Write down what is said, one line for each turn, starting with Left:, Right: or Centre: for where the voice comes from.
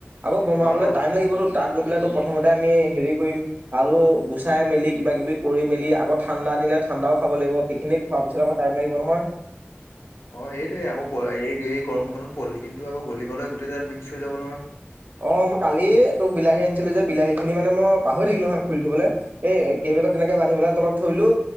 Right: আকৌ বনোৱাবলে
Left: অ ত
Right: টাইম লাগিবতো তাত গৈ পেলাই তো প্ৰথমতে আমি হেৰি কৰিম আলু গুচাই মেলি কিবা কিবি কৰি মেলি আক ঠাণ্ডা আনিলে ঠাণ্ডা খাব লাগিব সেইখিনি খোৱাৰ পিছত আকৌ টাইম লাগিব নহয়।
Left: অ সেইটোয়ে আকৌ প এই এই গৰমখনত পলিথিনটো আকৌ গলি গ'লে গোটেই তাত মিক্স হৈ যাব নহয়।
Right: অ মই কালি এইটো বিলাহী আনিছিলো যে বিলাহী খিনি মানে মই পাহৰি থাকিলোহয় খুুলি থবলে- এ কেইবিগত তেনেকে বান্ধি পেলাই তলত থৰিলো।